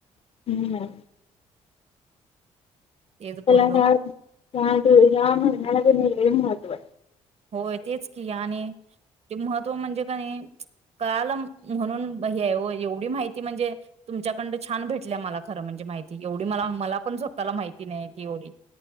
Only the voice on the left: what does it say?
<unintelligible>
त्याला
ह्या <unintelligible>